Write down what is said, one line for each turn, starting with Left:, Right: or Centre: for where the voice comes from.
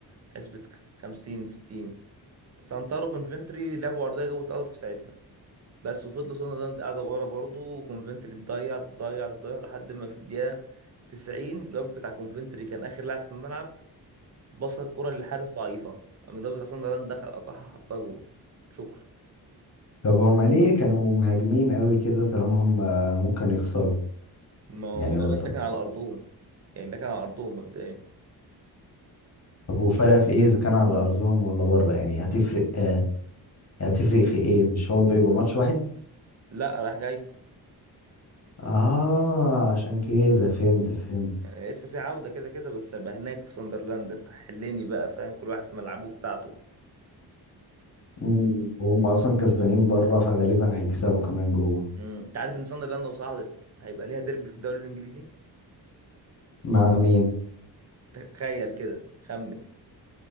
Right: حسبة 50 60 سانتارو كونفنتري لعبوا عرضيه جابوا اتقدر في ساعتها بس وفضلوا ساندرلاند قاعده ورا برضه وكونفنتري تضيع تضيع تضيع لحد ما في الدقيقه 90 الواد بتاع كونفنتري كان اخر لاعب في الملعب بص الكرة للحارس ضعيفة قام الواد بتاع صن دخل قطعها حطها جون شكرا
Left: طب هما ليه كانوا مهاجمين قوي كده طالما هم ممكن يخسروا
Right: ما هو
Left: يعني
Right: غالبا
Left: هو ط-
Right: ده كان على أرضهم يعني ده كان على أرضهم مبدئيا
Left: طب وفرق في ايه اذا كان على ارضهم ولا بره يعني هتفرق آه هتفرق في ايه مش هو بيبقى ماتش واحد
Right: لا راح جاي
Left: اه عشان كده فهمت فهمت
Right: يعني لسه في عودة كده كده بس هيبقى هناك في ساندرلاند حليني بقى فاهم كل واحد في ملعبه بتاعته
Left: مم، وهم اصلا كسبانين بره فغالبا هيكسبوا كمان جوه
Right: امم انت عارف ان ساندرلاند لو صعدت هيبقى ليها ديربي في الدوري الانجليزي
Left: مع مين؟
Right: تخيل كده خمن